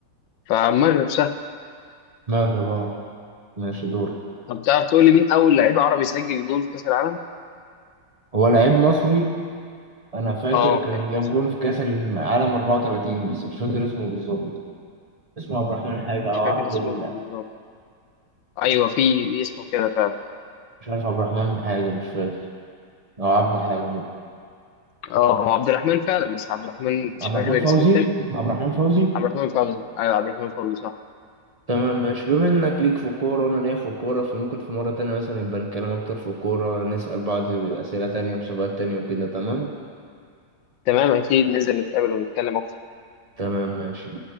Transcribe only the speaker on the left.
فالمغرب سهل
طب تعرف تقول لي مين أول لعيب عربي سجل جون في كأس العالم؟
اه
لعيب
مصري
مش
فاكر
اسمه
بالظبط أيوه في في اسمه كده فعلا
اه هو عبد الرحمن فعلا بس عبد الرحمن مش
فاكر
الاسم التاني
عبد الرحمن فوزي أيوه عبد الرحمن فوزي صح
تمام اكيد ننزل نتقابل ونتكلم اكتر